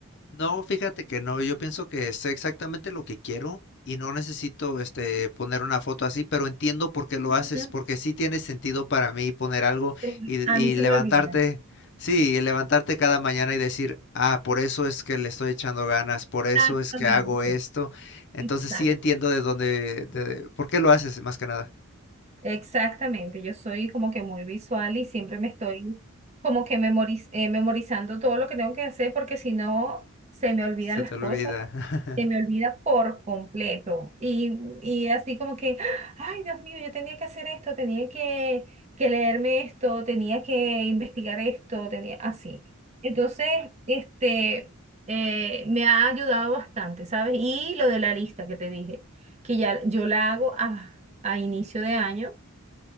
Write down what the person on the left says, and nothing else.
No, fíjate que no, yo pienso que sé exactamente lo que quiero y no necesito este poner una foto así, pero entiendo por qué lo
haces, porque sí tiene sentido para mí poner algo
y,
y
levantarte,
sí, y levantarte cada mañana y decir, ah, por eso es que le estoy echando ganas, por eso
es que hago esto. Entonces
sí entiendo de dónde, de, por qué lo haces más que nada.
Se
te olvida.